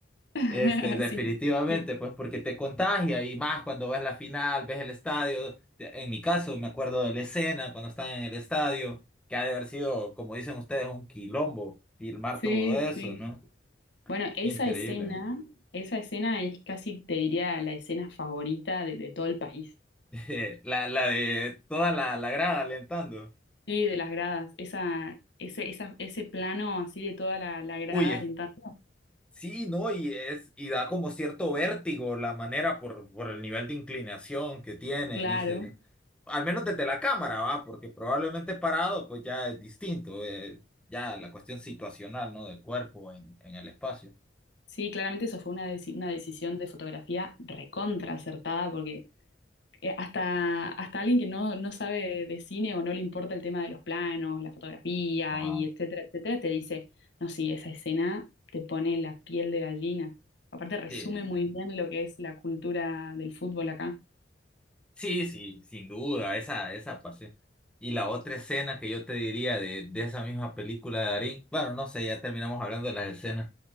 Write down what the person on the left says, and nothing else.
<laughs>
Sí, sí,
sí.
sí.
Bueno, esa
escena, esa escena es casi, te diría, la escena favorita de, de todo el país.
Sí, de las gradas. Esa, ese, esa, ese plano así de toda la, la grada
alentando.
Claro.
Sí, claramente eso fue una, deci- una decisión de fotografía recontra acertada porque eh, hasta, hasta alguien que no, no sabe de cine o no le importa el tema de los planos, la fotografía
y etcétera, etcétera, te dice, no, sí, esa escena te pone la piel de gallina. Aparte resume
muy
bien lo que es la cultura del fútbol acá.